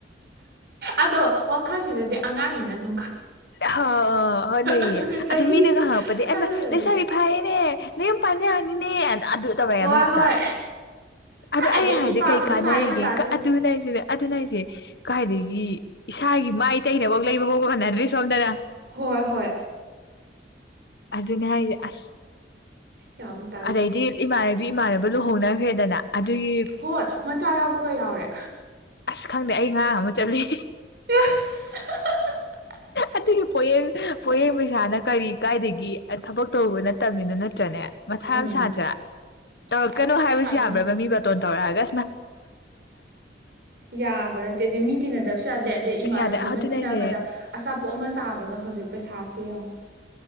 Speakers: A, on the right (about 55°); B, on the left (about 60°).
A: ꯑꯗꯣ ꯋꯥꯈꯜꯁꯤꯗꯗꯤ ꯑꯉꯥꯡ ꯃ ꯑꯗꯨ
B: ꯑ ꯑ ꯍ ꯂꯩꯑ
A: ꯑꯗꯨꯒ ꯆꯍꯤ
B: ꯑꯗꯨ ꯃꯤꯅꯒ ꯍꯪꯉꯛꯄꯗꯤ
A: ꯈꯜꯂꯨꯔꯗꯤ
B: ꯂꯩꯁꯥꯕꯤ ꯐꯥꯏꯌꯦꯅꯦ ꯅꯣꯏ ꯌꯥꯝ ꯄꯥꯖꯔꯅꯤꯅꯦ ꯑꯗꯨ ꯇꯧꯔꯦꯕ
A: ꯍꯣꯏ
B: ꯍꯦꯛꯇ
A: ꯍꯣꯏ
B: ꯑꯗ
A: ꯀꯥꯏꯗꯩ
B: ꯑꯩ
A: ꯌꯨꯝ
B: ꯍꯥꯏꯗꯤ
A: ꯄꯥꯟꯕꯅꯣ
B: ꯀꯩ ꯀꯥꯟꯅꯔꯤꯒꯦ
A: ꯁꯥꯔꯤ ꯃꯇꯥꯁꯤꯗ
B: ꯑꯗꯨꯅꯁꯤ ꯑꯗꯨꯅ ꯍꯥꯏꯁꯦ ꯀꯥꯏꯗꯒꯤ ꯏꯁꯥꯒꯤ ꯃꯥꯏ ꯇꯩꯅꯕ ꯂꯩꯕ ꯐꯥꯎꯕ ꯈꯅꯗ꯭ꯔꯤ ꯁꯣꯝꯗꯅ
A: ꯍꯣꯏ ꯍꯣꯏ
B: ꯑꯗꯨꯅꯦ ꯍꯥꯏꯁꯦ ꯑꯁ
A: ꯌꯥꯝ ꯇꯜꯂꯤ
B: ꯑꯗꯩꯗꯤ ꯏꯃꯥꯟꯅꯕꯤ ꯏꯃꯥꯟꯅꯕ ꯂꯨꯍꯣꯡꯅꯈ꯭ꯔꯦꯗꯅ ꯑꯗꯨꯒꯤ
A: ꯍꯔ ꯃꯆꯥꯥꯕ ꯑꯗꯨꯒ ꯌꯥꯎꯔꯦ
B: ꯑꯁ ꯈꯪꯗꯦ ꯑꯩ ꯉꯥ ꯑꯃ ꯆꯠꯂꯤ
A: <unintelligible>
B: ꯑꯗꯨꯗꯤ ꯄꯣꯌꯦꯡ ꯄꯣꯌꯦꯦꯡ ꯄꯩꯁꯥꯅ ꯀꯔꯤ ꯀꯥꯏꯗꯒꯤ ꯊꯕꯛ ꯇꯧꯔꯨꯕ ꯅꯠꯇꯕꯅꯤꯅꯣꯠꯇ ꯅꯦ ꯃꯁꯥ
A: ꯎꯝ
B: ꯃ ꯁꯥꯗꯥ
A: ꯑꯁ
B: ꯇꯧꯔꯛꯀꯅꯨ ꯍꯥꯏꯕꯁꯨ
A: ꯈꯪꯗꯦ
B: ꯌꯥꯕ꯭ꯔꯕ ꯃꯤ ꯃꯇꯕꯇꯣꯟ ꯁꯔꯥꯒ
A: ꯌꯥꯕ ꯅꯠꯇꯦ ꯑꯗꯨꯗ ꯃꯤ ꯇꯤꯟꯅꯗꯕꯁꯨ ꯌꯥꯗꯦ ꯑꯗꯩ ꯏꯃꯥꯟꯅꯕꯤ
B: ꯑꯁ ꯌꯥꯗꯦ
A: ꯑꯃ
B: ꯑꯗꯨꯅꯦ
A: ꯇꯤꯟꯅꯕꯗ
B: ꯑꯩꯁꯦ
A: ꯑꯆꯥꯄꯣꯠ ꯑꯃ ꯆꯥꯕꯗ ꯍꯧꯖꯤꯛ ꯄꯩꯁꯥꯁꯦ ꯌꯦꯡꯉ